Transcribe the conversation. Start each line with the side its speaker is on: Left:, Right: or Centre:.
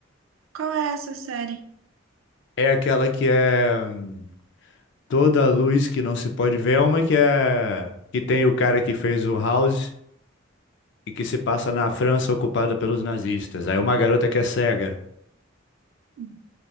Right: Qual é essa série?
Left: É aquela que é. hum, Toda luz que não se pode ver, é uma que é que tem o cara que fez o House e que se passa na França ocupada pelos nazistas. Aí uma garota que é cega.
Right: Hum,